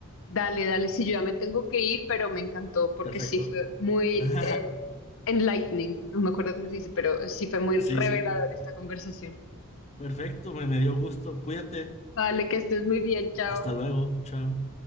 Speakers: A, on the left; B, on the left.
A: Dale, dale, sí, yo ya me tengo que ir, pero me encantó porque
B: Perfecto.
A: sí fue muy
B: <laughs>
A: eh, enlightening. No me acuerdo cómo se dice, pero sí fue muy
B: Sí,
A: revelador
B: sí.
A: esta conversación.
B: Perfecto, me, me dio gusto. Cuídate.
A: Vale, que estés muy bien, chao.
B: Hasta luego. Chao.